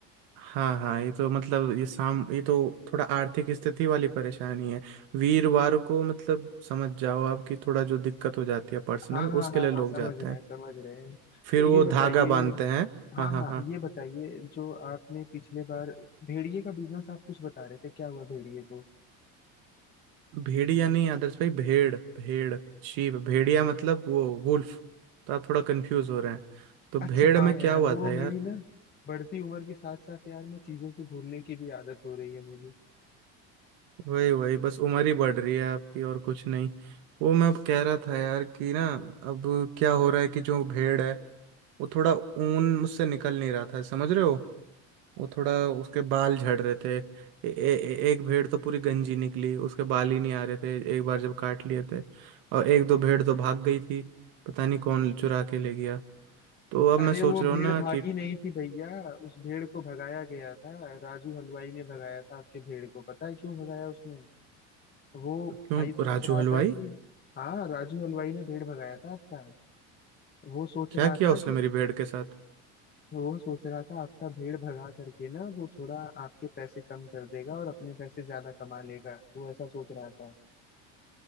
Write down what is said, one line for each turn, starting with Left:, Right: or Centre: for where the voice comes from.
Right: हाँ हाँ ये तो मतलब ये साम ये तो थोड़ा आर्थिक स्थिति वाली परेशानी है वीरवार को मतलब समझ जाओ आपकी थोड़ा जो दिक्कत हो जाती है पर्सनल
Left: हाँ
Right: उसके
Left: हाँ हाँ
Right: लिए लोग
Left: हाँ समझ
Right: जाते
Left: रहे
Right: हैं
Left: हैं समझ रहे हैं
Right: फिर
Left: तो ये
Right: वो
Left: बताइए
Right: धागा बांधते हैं
Left: हाँ
Right: हाँ हाँ
Left: हाँ
Right: हाँ
Left: ये बताइए जो आपने पिछले बार भेड़िए का बिजनेस आप कुछ बता रहे थे क्या हुआ भेड़िए को
Right: भेड़िया नहीं आदर्श भाई भेड़ भेड़ शीप भेड़िया मतलब वो वुल्फ तो आप थोड़ा कंफ्यूज हो रहे हैं तो
Left: अच्छा
Right: भेड़
Left: हाँ
Right: में क्या
Left: यार
Right: हुआ
Left: वो
Right: था यार
Left: मेरी ना बढ़ती उम्र के साथ साथ यार मैं चीजों को भूलने की भी आदत हो रही है मेरी
Right: वही वही बस उम्र ही बढ़ रही है आपकी और कुछ नहीं वो मैं अब कह रहा था यार कि ना अब क्या हो रहा है कि जो भेड़ है वो थोड़ा ऊन मुझसे निकल नहीं रहा था समझ रहे हो वो थोड़ा उसके बाल झड़ रहे थे ए, ए, ए- एक भेड़ तो पूरी गंजी निकली उसके बाल ही नहीं आ रहे थे एक बार जब काट लिए थे और एक दो भेड़ तो भाग गई थी पता नहीं कौन चुरा के ले गया तो अब
Left: अरे
Right: मैं सोच
Left: वो
Right: रहा
Left: भेड़
Right: हूँ ना
Left: भागी
Right: कि
Left: नहीं थी भैया उस भेड़ को भगाया गया था राजू हलवाई ने भगाया था आपके भेड़ को पता है क्यों भगाया उसने वो
Right: क्यों
Left: भाई सोच
Right: राजू
Left: रहा
Right: हलवाई
Left: था कि हाँ राजू हलवाई ने भेड़ भगाया था आपका वो सोच
Right: क्या
Left: रहा
Right: किया
Left: था
Right: उसने
Left: कि
Right: मेरी भेड़ के साथ
Left: वो सोच रहा था आपका भेड़ भगा करके ना वो थोड़ा आपके पैसे कम कर देगा और अपने पैसे ज्यादा कमा लेगा वो ऐसा सोच रहा था